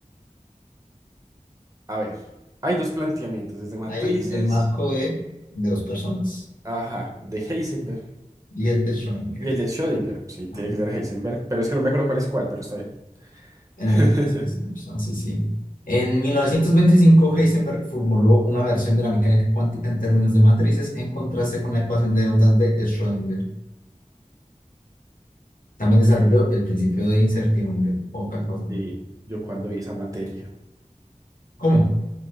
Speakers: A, on the right; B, on the left.
A: A ver, hay dos planteamientos, desde matrices,
B: Hay el marco de, de dos personas.
A: ajá, de Heisenberg
B: Y él es Schrödinger.
A: y el de Schrödinger. Sí, tiene
B: Ajá.
A: que ser Heisenberg, pero es que no me acuerdo cuál es cuál, pero está bien.
B: En
A: <laughs>
B: efecto, es- son- sí, sí. sí, sí. En 1925, Heisenberg formuló una versión de la mecánica cuántica en términos de matrices en contraste con la ecuación de ondas de Schrödinger. También desarrolló el principio de incertidumbre. Poca cosa. ¿no?
A: Sí, yo cuando vi esa materia.
B: ¿Cómo?